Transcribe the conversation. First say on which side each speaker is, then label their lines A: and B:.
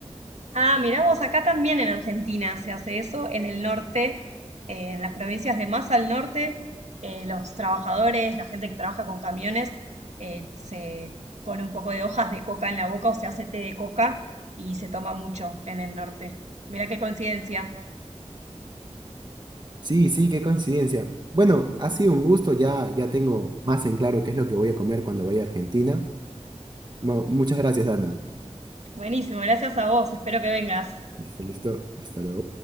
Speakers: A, on the right (about 70°); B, on the right (about 40°).
A: Ah, mirá vos, acá también en Argentina se hace eso, en el norte, eh, en las provincias de más al norte, eh, los trabajadores, la gente que trabaja con camiones, eh, se pone un poco de hojas de coca en la boca o se hace té de coca y se toma mucho en el norte. Mirá qué coincidencia.
B: Sí, sí, qué coincidencia. Bueno, ha sido un gusto, ya, ya tengo más en claro qué es lo que voy a comer cuando vaya a Argentina. Mu- muchas gracias, Ana.
A: Buenísimo, gracias a vos, espero que vengas.
B: Listo, listo. Hasta luego.